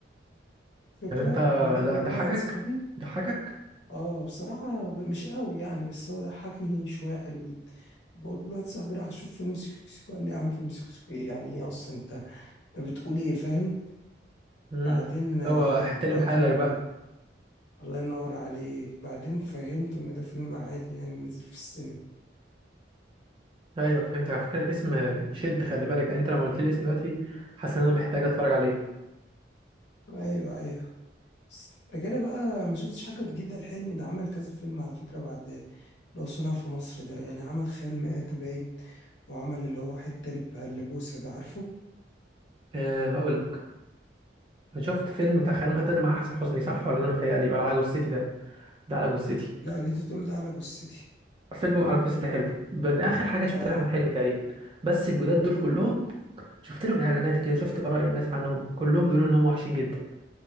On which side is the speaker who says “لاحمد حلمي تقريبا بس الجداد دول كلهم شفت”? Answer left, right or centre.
Right